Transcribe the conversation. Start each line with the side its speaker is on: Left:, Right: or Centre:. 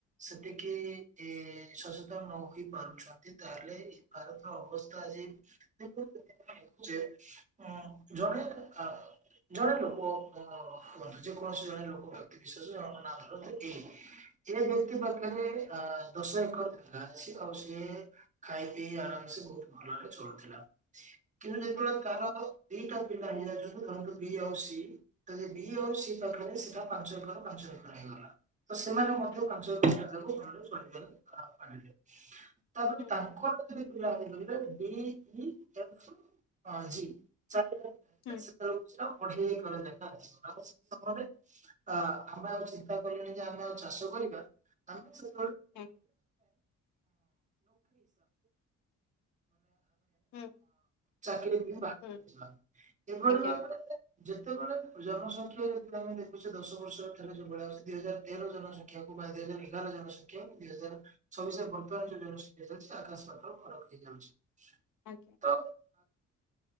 Right: ସେତିକି ଏ ସଚେତନ ନ ହୋଇ ପାରୁଛନ୍ ତାହେଲେ ଭାରତର ଅବସ୍ଥା ଆଜି ଦେଖୁନ୍ତୁ ସେ ଉଁ ଜଣେ ଆଉ ଜଣେ ଲୋକ ଅ ମ ଯେକୌଣସି ଜଣେ ଲୋକ ବ୍ୟକ୍ତି ବିଶେଷ ଜଙ୍କ ନାଁ ଧର ଏଇ। ଏ ବ୍ୟକ୍ତି ପାଖରେ ଅ ଦୋଷ ଏକା ଅଛି ଆଉ ସିଏ ଖାଇ ପିଇ ଆରାମସେ ବୋହୁତ ଭଲରେ ଚଳୁଥିଲା କିନ୍ତୁ ଯେତେବେଳେ
Left: ଆଜ୍ଞା
Right: ତାର ଦିଟା ପିଲା ନି ଯାନ୍ତୁ ଧରନ୍ତୁ ବି ଆଉ ସି। ତାହେଲେ ବି ଆଉ ସି ପାଖରେ ସେଟା ପାଞ୍ଚ ଏକର ପାଞ୍ଚ ଏକର ହେଇଗଲା। ତ ସେମାନେ ମଧ୍ୟ
Left: ଆଜ୍ଞା
Right: ପାଞ୍ଚ <unintelligible> ତାପରେ
Left: ହୁଁ
Right: ତାଙ୍କର ଯଦି <unintelligible>
Left: ହୁଁ
Right: <unintelligible> ଅଢେଇ ଏକର ଜାଗା ଅଛି <unintelligible> ଅ ଆମେ ଆଉ ଚିନ୍ତା କଲେଣି ଯେ ଆମେ ଆଉ ଚାଷ କରିବା ଆମେ ସେ <unintelligible>
Left: ଆଜ୍ଞା ହୁଁ
Right: ଚାକିରି ବା
Left: ହୁଁ
Right: <unintelligible>
Left: ଆଜ୍ଞା
Right: ଯେତେବେଳେ ଜନସଂଖ୍ୟା ଯଦି ଆମେ ଦେଖୁଛେ ଦଶ ବର୍ଷ ଥରେ ଯୋଉ ଭଳିଆ ଅଉଛି ଦିଇ ହଜାର ତେର ଜନସଂଖ୍ୟା ସଂଖ୍ୟାକୁ ବା ଦୁଇ ହଜାର ଏଗାର ଜନସଂଖ୍ୟା ଦୁଇ ହଜାର ଚବିଶରେ ବର୍ତ୍ତମାନ ଯଉ ଜନସଂଖ୍ୟା ହେଇଯାଉଚି ଆକାଶ ପାତାଳ ଫରକ ହେଇଯାଉଛି।
Left: ଆଜ୍ଞା।
Right: <unintelligible>